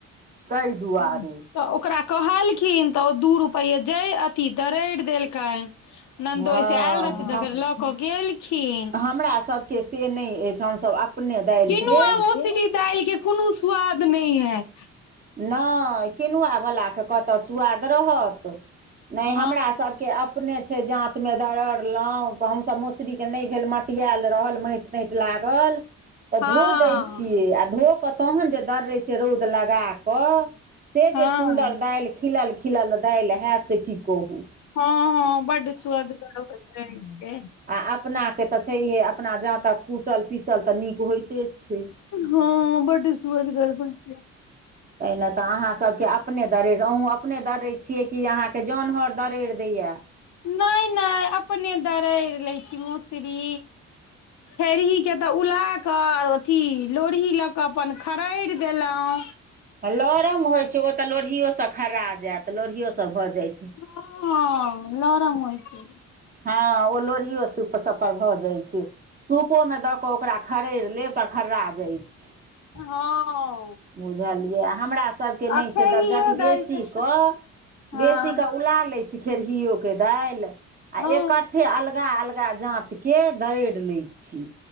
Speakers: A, on the right; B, on the left.
A: ताहि दुआरे
B: हू तऽ ओकरा कहलखिन, तऽ ओ दू रुपैए जय, अथिी दरैड़ देलकय, ननदोयस
A: हँ
B: आएल रहथिन, तऽ फेर लऽ क गेल खिन,
A: हमरा सभके से नहि अछि हमसभ अपने दालिके
B: किनूआ मोसही दाइल के कोनो स्वाद नहि हयैत,
A: नोय, किनुआ बला के कतऽ स सुआाद रहत, ने
B: हँ
A: हमरा सबके अप अपने छै, जाँतमे दरड़लौ, गहुम स मसुरीके नहि भेल मटियाल रहल, मैट नैट लागल, तऽ
B: हँ
A: धो दै छियै, आ धो कऽ तहन जे दर्रैत छै, रौद लगा कऽ, से
B: हँ
A: जे सुन्दर दाइल, खिलल -खिलल दाइल हयैत, की कहू।
B: हँ-हँ बड स्वदगरो रहे छय।
A: आ अपनाके त छैहे, अपना जांतक कूटल, पीसल तऽ नीक होइते छै।
B: हँ बड सुअजगर होइ छै।
A: <inaudible> तईना तऽ अहाँसबके अपने दड़रि, अहूँ अपने दड़रै छियै कि अहाँके जोन हर दरैड़ि दैया।
B: नहि-नहि अपने दडै़र लै छी मोसरी खेरही के तऽ उला क अथी लोरहि लऽ क अपन खड़रि देलऊ।
A: लरम होइ छै, ओ तऽ लोढ़िओसँ खर्रा जैत, लोढ़िओसँ भऽ जाइ छै।
B: हँ-हँ लरम होइ छै।
A: हँ ओ लोढ़ियो सुप सब पर भऽ जाई छै। सूपोमे दऽ कऽ ओकरा खरड़ि लेब तऽ खर्रा जाइ छय।
B: आ हँ
A: बुझलियै हमरा सबके नहि
B: आ खेरहियो
A: छै, त यदि बेसीक
B: दालि के स
A: कऽ
B: हँ
A: बेसीेक उला लै छी खेरहिओके दाईल आ
B: हँ
A: एकट्ठे अलगा -अलगा जाँतके दरड़ि लै छी।